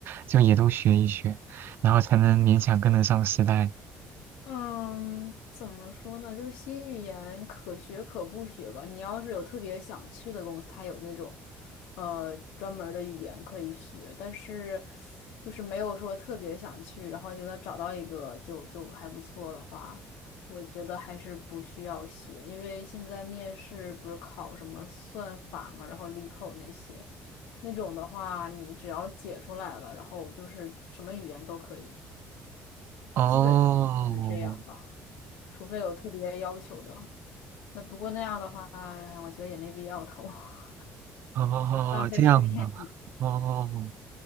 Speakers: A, on the right; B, on the left.
A: 就也都学一学，然后才能勉强跟得上时代。
B: 嗯，怎么说呢？就是新语言可学可不学吧。你要是有特别想去的公司，它有那种，呃，专门儿的语言可以学，但是就是没有说特别想去，然后觉得找到一个就就还不错的话，我觉得还是不需要学，因为现在面试不是考什么算法嘛，然后力扣那些，那种的话，你只要解出来了，然后就是什么语言都可以，
A: 哦，
B: 基本上是这样吧。除非有特别要求的。那不过那样的话，我觉得也没必要投，<laughs>
A: 哦，
B: 浪费时间。
A: 这样的，哦，